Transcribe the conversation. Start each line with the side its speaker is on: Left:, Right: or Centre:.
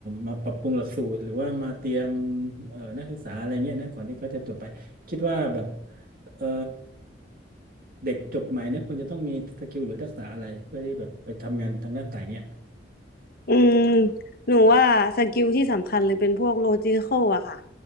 Right: มาปรับปรุงหลักสูตรหรือว่ามาเตรียมเอ่อนักศึกษาอะไรเงี้ยนะก่อนที่เขาจะจบไปคิดว่าแบบเอ่อเด็กจบใหม่เนี่ยควรจะต้องมีสกิลหรือทักษะอะไรเพื่อที่แบบไปทำงานทางด้านสายเนี้ย
Left: อืมหนูว่าสกิลที่สำคัญเลยเป็นพวกโลจิค a l อะค่ะ